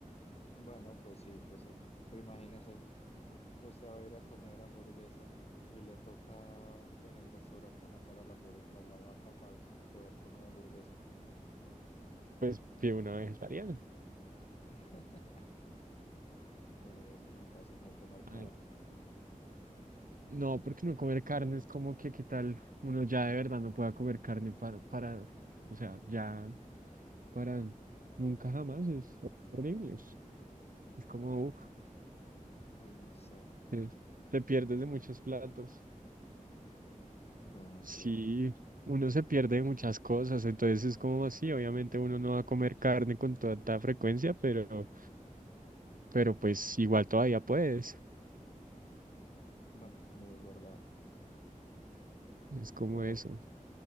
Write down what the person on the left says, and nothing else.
Bueno, pues sí, pues, pues imagínese, usted va a ir a comer hamburguesa y le toca en el restaurante matar a la, hambur- a la vaca para poder comer hamburguesa.
<laughs> Por eso es más fácil no comer carne.
Uy, no sé.
Bueno, sí.
Bueno, también es verdad.
Pero